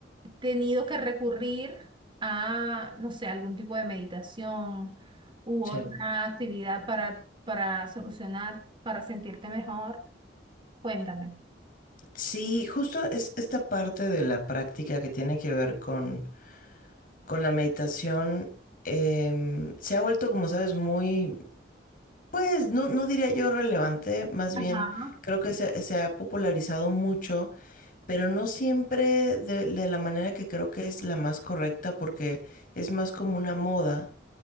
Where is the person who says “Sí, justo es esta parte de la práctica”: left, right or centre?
Left